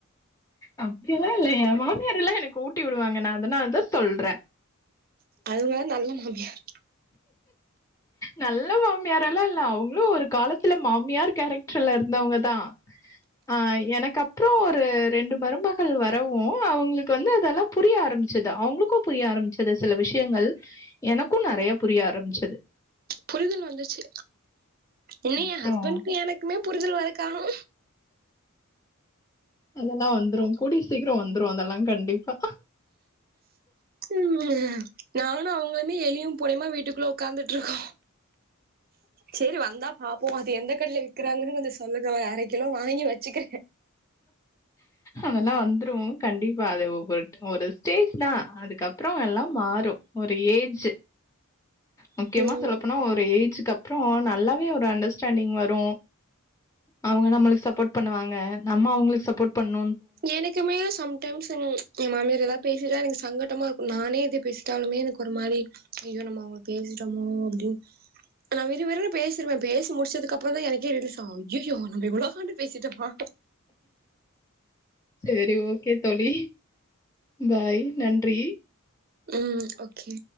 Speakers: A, on the left; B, on the right.
A: அப்டி எல்லா இல்ல எ மாமியார் எல்லா எனக்கு ஊட்டி விடுவாங்க நா அதனால தா சொல்றே
B: அவுங்க நல்ல மாமியார்
A: நல்ல மாமியாரெல்லா இல்ல அவுங்களு ஒரு காலத்துல மாமியார் கேரக்டர்ல இருந்தவங்கதா ஆ எனக்கு அப்புறோ ஒரு ரெண்டு மருமகள் வரவு அவுங்களுக்கு வந்து அதெல்லா புரிய ஆரம்பிச்சது அவுங்களுக்கு புரிய ஆரம்பிச்சது சில விஷயங்கள் எனக்கு நறைய புரிய ஆரம்பிச்சது
B: புரிதல் வந்துச்சு இன்னு
A: அப்புறம்
B: எ ஹஸ்பண்டுக்கு எனக்குமே புரிதல் வரக்காணோ
A: அதெல்லா வந்துரு கூடிய சீக்கிரோ வந்துரு அதெல்லா கண்டிப்பா
B: ம் நானு அவுங்களுமே எலியு பூனையுமா வீட்டுகுள்ள உக்காந்துட்ருக்கோ செரி வந்தா பாப்போ அது எந்த கடைல விக்கிறாங்கன்னு கொஞ்சோ சொல்லுங்க ஒரு அரக் கிலோ வாங்கி வெச்சுக்கிறே
A: அதெல்லா வந்துரு கண்டிப்பா அது ஒவ்வொரு ஒரு ஸ்டேஜ்தா அதுக்கப்றோ எல்லா மாறு ஒரு ஏஜு முக்கியமா
B: ம்
A: சொல்ல போனா ஒரு ஏஜுக்கு அப்றோ நல்லாவே ஒரு அண்டர்ஸ்டாண்டிங் வரு அவுங்க நம்மளுக்கு சப்போட் பண்ணுவாங்க நம்ம அவுங்களுக்கு சப்போட் பண்ணு
B: எனக் குமே சம் டைம்ஸ் எ மாமியார் எதா பேசிட்டா எனக்கு சங்கட்டமா இருக்கு நானே இது பேசிட்டாலுமே எனக்கு ஒரு மாரி ஐயோ நம்ம அவுங்கள பேசிட்டோமோ அப்டினு நா விருவிருனு பேசிருவே பேசி முடிச்சதுக்கப்பறோதா எனக்கே ரிலிசா ஐயய்யோ நம்ம இவ்ளோக்காண்டு பேசிட்டோமா
A: செரி ஓகே தோழி பாய் நன்றி
B: ம் ஓகே